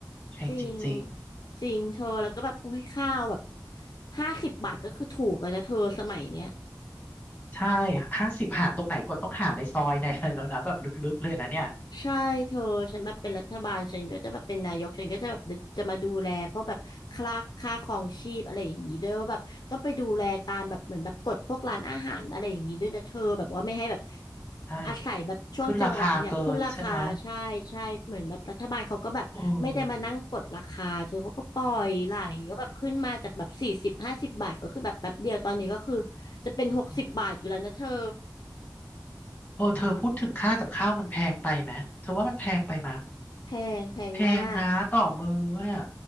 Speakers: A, on the left (about 20°); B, on the left (about 60°).
A: แพงจริง
B: จริงจริงเธอแล้วก็แบบโอ้ยข้าวแบบห้าสิบบาทก็คือถูกแล้วนะเธอสมัยเนี้ย
A: ๆอืมใช่ห้าสิบหาตรงไหนก็ต้องหาในซอยในอะไรแล้วนะแบบลึกๆเลยนะเนี่ย
B: ใช่เธอฉันแบบเป็นรัฐบาลฉันก็จะแบบเป็นนายกฉันก็จะแบบจะมาดูแลพวกแบบค่าค่าครองชีพอะไรอย่างนี้ด้วยว่าแบบต้องไปดูแลตามแบบเหมือนแบบกฎพวกร้านอาหารอะไรอย่างนี้ด้วยนะเธอแบบว่าไม่ให้แบบ
A: อืมใช่
B: อาศัยแบบช่วงจังหวะเนี่ยขึ้นราคาใช่ใช่เหมือนแบบรัฐบาลเขาก็แบบไม่ได้มานั่งกดราคาเธอเขาก็ปล่อยไหลก็แบบขึ้นมาจากแบบสี่สิบห้าสิบบาทก็คือแบบแป๊บเดียวตอนนี้ก็คือ
A: ขึ้นราคาเกินใช่ไหมโอ้
B: จะเป็นหกสิบบาทอยู่แล้วนะเธอ
A: อือหือโอ้เธอพูดถึงค่ากับข้าวมันแพงไปไหมเธอว่ามันแพงไปไหม
B: แพงแพงมาก
A: แพงนะต่อมืออ่ะ